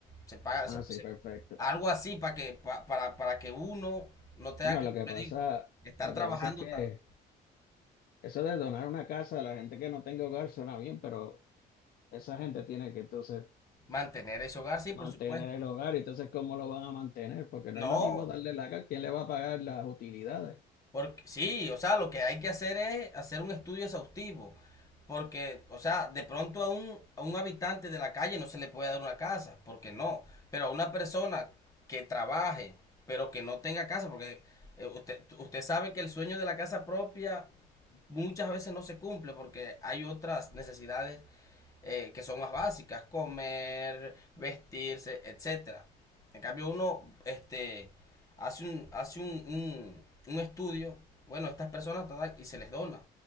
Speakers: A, on the left (about 20°); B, on the left (about 60°).
A: Se paga,
B: Ah,
A: se-
B: sí,
A: se-
B: perfecto.
A: algo así para que, pa- para, para que uno no tenga
B: Bueno,
A: que,
B: lo
A: como
B: que pasa,
A: le digo, Estar
B: lo
A: trabajando
B: que pasa es que
A: tanto.
B: eso de donar una casa a la gente que no tenga hogar suena bien, pero esa gente tiene que entonces
A: Mantener ese hogar, sí, por
B: mantener
A: supuesto.
B: el hogar, y entonces ¿cómo lo van a mantener? Porque no
A: No,
B: es lo mismo darle la casa, ¿quién le va a pagar las utilidades?
A: porque sí, o sea, lo que hay que hacer es hacer un estudio exhaustivo. Porque, o sea, de pronto a un, a un habitante de la calle no se le puede dar una casa, porque no. Pero a una persona que trabaje, pero que no tenga casa, porque eh, usted, usted sabe que el sueño de la casa propia muchas veces no se cumple porque hay otras necesidades eh, que son más básicas, comer, vestirse, etcétera. En cambio uno este, hace, un, hace un, un, un estudio, bueno, estas personas tratan y se les dona.